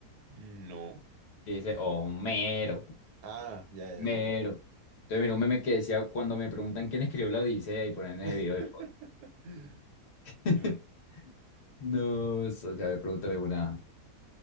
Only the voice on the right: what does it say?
No.
Ah, ya, ya.
ya.
<laughs>
No,